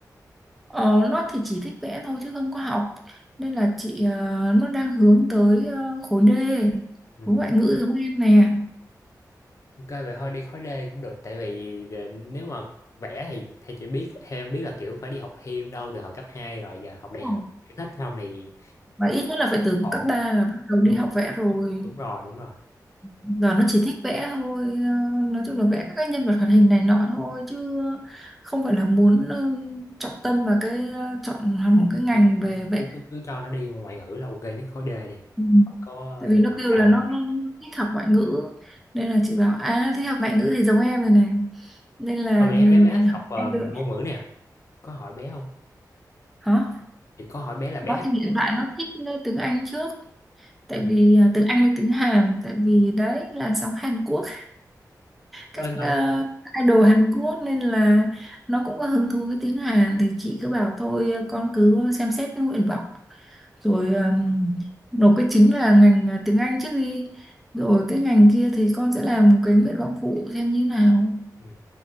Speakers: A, in the centre; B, on the left.
A: ờ, nó thì chỉ thích vẽ thôi chứ không có học nên là chị ờ, nó đang hướng tới ờ, khối D
B: ừ
A: khối ngoại ngữ giống em nè
B: Ok vậy thôi đi khối D cũng được tại vì ờ, nếu mà vẽ thì theo chị biết theo em biết là kiểu phải đi học thêm đâu từ hồi cấp 2 rồi giờ học đại
A: Ờ,
B: học Kiểu thích không thì
A: và ít nhất là phải từ
B: ổn
A: cấp 3 là bắt đầu đi
B: Ừ,
A: học vẽ rồi
B: đúng rồi đúng rồi
A: giờ nó chỉ thích vẽ thôi ờ, nói chung là vẽ các cái nhân vật hoạt hình này nọ thôi chứ không phải là muốn ờ, trọng tâm vào cái ờ, chọn hẳn một cái ngành
B: Ờ,
A: về vẽ
B: cứ, cứ cứ cho nó đi ngoại ngữ là ok nhất khối D đi
A: Ừ.
B: hỏi có
A: tại vì
B: đặt
A: nó
B: đặt-
A: kêu
B: đặt-
A: là nó, nó thích học ngoại ngữ nên là chị bảo à thích học ngoại ngữ thì giống em rồi này nên là
B: có bé bé bé thích học ờ,
A: em được
B: ngôn ngữ nào có hỏi bé không
A: hả
B: chị có hỏi bé là bé
A: nó thì
B: thích học
A: hiện tại
B: ngôn ngữ.
A: nó thích ờ, tiếng Anh trước tại
B: ừ.
A: vì à, tiếng Anh với tiếng Hàn tại vì đấy làn sóng Hàn Quốc
B: Ơi
A: các ờ,
B: mà
A: idol Hàn Quốc nên là nó cũng có hứng thú với tiếng Hàn thì chị cứ bảo thôi ờ, con cứ xem xét cái nguyện vọng rồi ờm, nộp cái chính là ngành ờ, tiếng Anh trước đi rồi cái ngành kia thì con sẽ làm cái nguyện vọng phụ xem như nào
B: ừ.